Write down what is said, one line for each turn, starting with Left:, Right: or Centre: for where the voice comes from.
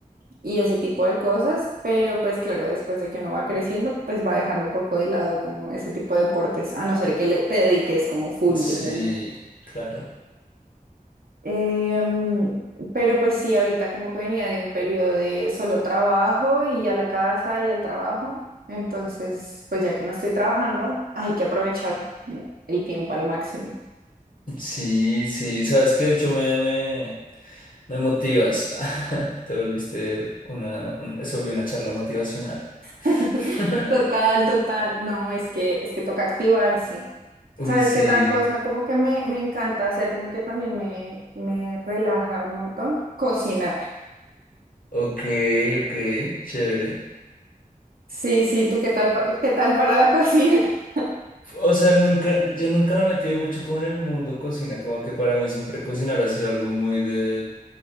Right: y ese tipo de cosas, pero pues claro, después de que uno va creciendo, pues va dejando un poco de lado como ese tipo de deportes, a no ser que le- te dediques como full
Left: Sí,
Right: de lleno.
Left: claro.
Right: Em, pero pues sí, ahorita como que venía de un periodo de solo trabajo y a la casa y al trabajo, entonces pues ya que no estoy trabajando, hay que aprovechar el tiempo al máximo.
Left: Sí, sí, sabes que de hecho me, me, me motivas. <laughs> Te volviste una, un- se volvió una charla motivacional.
Right: <laughs>
Left: <laughs>
Right: Total, total. No, es que, es que toca activarse.
Left: Uy,
Right: ¿Sabes
Left: sí.
Right: qué otra cosa? Como que me, me encanta hacer, como que también me, me relaja un montón. Cocinar.
Left: Ok, ok, chévere.
Right: Sí, sí, ¿tú qué tal, pa- qué tal para la cocina? <laughs>
Left: O sea, nunca, yo nunca me he metido mucho como en el mundo cocina, como que para mí siempre cocinar ha sido algo muy de,